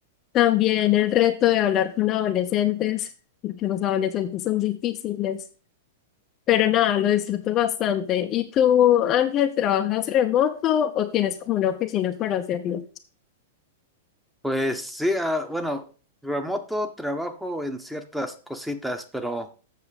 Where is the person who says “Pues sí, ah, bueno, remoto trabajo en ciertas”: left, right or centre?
Centre